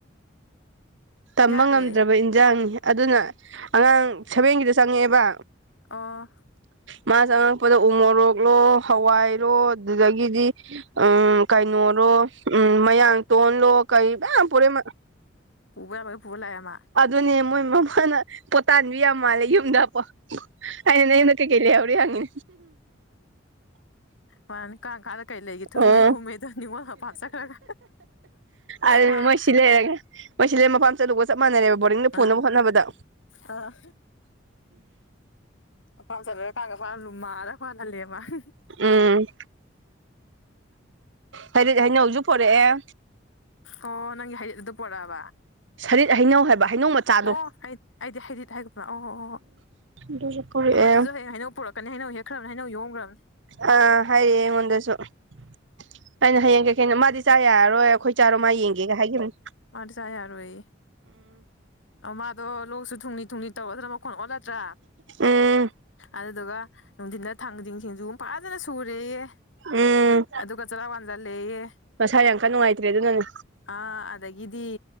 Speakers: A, on the right; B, on the left.
A: ꯇꯝꯕ
B: ꯌꯥꯔꯦ
A: ꯉꯝꯗ꯭ꯔꯕ ꯏꯟꯖꯥꯡꯅꯤ ꯑꯗꯨꯅ ꯑꯉꯥꯡ ꯁꯦꯚꯦꯟꯒꯤꯗ ꯆꯪꯉꯛꯑꯦꯕ
B: ꯑꯥ
A: ꯃꯥ ꯆꯉꯛꯄꯗ ꯎ ꯃꯣꯔꯣꯛꯂꯣ ꯍꯋꯥꯏꯔꯣ ꯑꯗꯨꯗꯒꯤꯗꯤ ꯎꯝ ꯀꯩꯅꯣꯔꯣ ꯎꯝ ꯃꯌꯥꯡ ꯇꯣꯜꯂꯣ ꯀꯩ ꯃꯌꯥꯝ ꯄꯣꯔꯛ
B: ꯄꯨꯨꯕ ꯌꯥꯕ ꯄꯨꯔ ꯂꯥꯛꯌꯦ ꯃꯥ
A: ꯑꯗꯨꯅꯦ ꯃꯣꯏ ꯃꯃꯥꯅ ꯄꯣꯇꯥꯟꯕꯤ ꯌꯥꯝ ꯃꯥꯜꯂꯦ ꯌꯨꯝꯗ ꯄꯣ ꯑꯩꯅ ꯅꯥꯌꯨꯝꯗ ꯀꯩ ꯀꯩ ꯂꯩꯍꯧꯔꯤ ꯍꯥꯡꯒꯦ
B: ꯃꯥꯅꯤ ꯀ ꯀꯥꯗ ꯀꯔꯤ ꯂꯩꯒꯦ ꯊꯨꯝꯃꯦ
A: ꯑꯣ
B: ꯍꯨꯝꯃꯦ ꯑꯗꯨ ꯅꯤꯡꯉꯣꯜ ꯃꯄꯥꯝ ꯆꯠꯈ꯭ꯔꯒ
A: ꯑꯗꯨꯅ
B: ꯃꯥ
A: ꯃꯣꯏ ꯁꯤ ꯂꯩꯥꯏꯔꯒꯦ ꯃꯣꯏ ꯁꯤꯂꯦꯟ ꯃꯄꯥꯝ ꯆꯠꯂꯨꯕꯒ ꯆꯞ ꯃꯥꯟꯅꯔꯦꯕ ꯕꯣꯔꯗꯤꯡꯗ
B: ꯑꯥ
A: ꯕꯨꯅꯕ ꯍꯣꯠꯅꯕꯗ
B: ꯑꯥ ꯃꯄꯥꯝ ꯆꯠꯂꯒ ꯀꯥꯒ ꯐꯂꯨ ꯃꯥꯂꯒ ꯐ ꯍꯜꯂꯦ ꯃꯥꯜꯂꯤ <inaudible>
A: ꯎꯝ ꯍꯥꯌꯤꯠ ꯍꯩꯅꯥꯎꯁꯨ ꯄꯨꯔꯛꯑꯦ
B: ꯑꯣ ꯅꯪ ꯍꯌꯤꯠꯗꯨ ꯄꯣꯔꯛꯑꯕ
A: ꯁꯔꯤꯠ ꯍꯩꯅꯧ ꯍꯥꯏꯕ ꯍꯩꯅꯧ ꯃꯆꯥꯗꯣ
B: ꯑꯣꯗꯤ ꯍꯥꯏꯗꯤ ꯍꯥꯏꯗꯤꯗꯤ ꯍꯥꯏꯒꯨꯝ ꯑꯣ
A: ꯑꯗꯨꯁꯨ ꯄꯨꯔꯛꯑꯦ
B: ꯑꯃꯗꯨꯁꯨ ꯍꯌꯦꯡ ꯍꯥꯏꯩꯅꯧ ꯄꯨꯔꯛ ꯀꯅꯤ ꯍꯥꯏꯩꯅꯧ ꯍꯦꯛꯈ꯭ꯔꯕꯅ ꯍꯥꯏꯅꯧ ꯌꯣꯡꯈ꯭ꯔꯕꯅꯤ
A: ꯑꯥ ꯍꯥꯏꯔꯛꯑꯦ ꯑꯩꯉꯣꯟꯗꯁꯨ ꯑꯩꯅ ꯍꯌꯦꯡ ꯀꯩꯀꯩꯅꯣ ꯃꯥꯗꯤ ꯆꯥ ꯌꯥꯔꯔꯣꯏ ꯑꯩꯈꯣꯏ ꯆꯥꯔꯣ ꯃꯥ ꯌꯦꯡꯒꯦꯒ ꯍꯥꯏꯈꯤꯕꯦꯅꯦ
B: ꯑꯥꯖ ꯌꯥꯔ ꯑꯣꯏ ꯑ ꯃꯥꯗꯣ ꯂꯣꯛꯁꯨ ꯊꯨꯡꯅꯤ ꯊꯨꯡꯅꯤ ꯇꯧꯒꯗ꯭ꯔꯥ ꯃꯈꯣꯟ ꯑꯣꯜꯂꯗ꯭ꯔꯥ
A: ꯎꯝ
B: ꯑꯗꯨꯗꯨꯒ ꯅꯨꯡꯊꯤꯟꯗ ꯊꯥꯡꯖꯤꯡ ꯁꯤꯡꯖꯒ ꯐꯖꯅ ꯁꯨꯔꯦꯌꯦ
A: ꯎꯝ
B: ꯑꯗꯨꯒ ꯆꯔ ꯋꯥꯖꯂꯌꯦꯦ
A: ꯃꯁꯥ ꯌꯥꯝ ꯀꯟꯅ ꯅꯨꯡꯉꯥꯏꯇ꯭ꯔꯦ ꯑꯗꯨꯅꯅꯦ
B: ꯑ ꯑꯗꯒꯤꯗꯤ